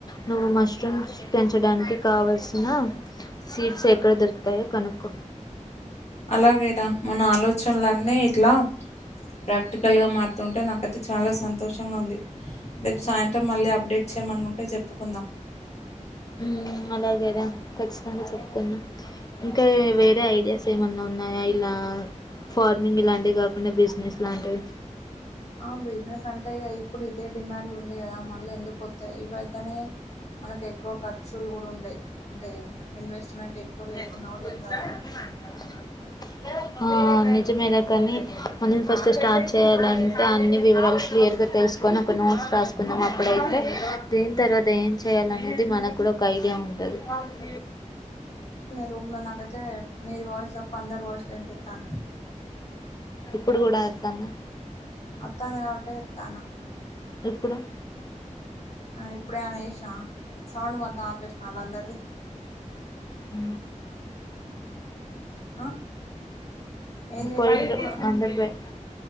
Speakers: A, on the left; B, on the left.
A: నువ్వు మష్రూమ్స్ పెంచడానికి కావల్సి వునా సీట్స్ ఎక్కడ దొరుకుతాయో కనుక్కో
B: అలాగేరా మన ఆలోచనలన్నీ ఇట్లా ప్రాక్టికల్గా మారుతుంటే నాకైతే చాలా సంతోషంగా ఉంది దే సాయంత్రం మళ్ళీ అప్డేట్స్ చేయమన్న ఉంటే చెప్పుకుందాం.
A: ఉ ఉ అలాగేరా ఖచ్చితంగా చెప్పుకుందాం ఇంకా వేరే ఐడియాస్ ఏమైన్నా ఉన్నాయా ఇలా
B: <inaudible>
A: ఫార్మింగ్ ఇలాంటివి కాకుండా బిజినెస్ లాంటివి
B: ఆ బిజినెస్ అంటే ఇగ ఇప్పుడు ఇదే డిమాండ్ ఉంది కదా మళ్ళీ ఎందుకు ఇవయితేనే మనకు ఎక్కువ ఖర్చులు కూడా ఉండయి అంటే ఇన్వెస్ట్మెంట్ ఎక్కువ లేకున్నా
A: ఎ
B: కూడా
A: ఉత్సవా
B: ఏం కాదన్నట్టు
A: అ మారు ఆ నిజమేలే కానీ మనని ఫస్ట్ స్టార్ట్ చేయాలంటే అన్ని వివరాలు క్లియర్ గా తెలుసు తీసుకొని ఒక నోట్స్ రాసుకుందాం అప్పుడైతే దేని తర్వాత ఏం చేయాలినేది మనకు కూడా ఒక ఐడియా ఉంటది అది
B: రూమ్ల నాకైతే నీది వాయిస్ తప్ప అందర్ వాయిస్లు వినిపిత్తన్నయ్
A: ఇప్పుడు కూడా అత్తందా
B: అత్తంది కాబట్టే చెప్తానా
A: ఇప్పుడు
B: ఆ ఇప్పుడేమన్న చేసినవ సౌండు మొత్తం ఆపేసినవ వాళ్ల అందరిది
A: అ
B: ఆ ఏం చేసినావు
A: పాయింట్లు
B: ఇప్పుడు
A: అందరూ పోయిళ్ళు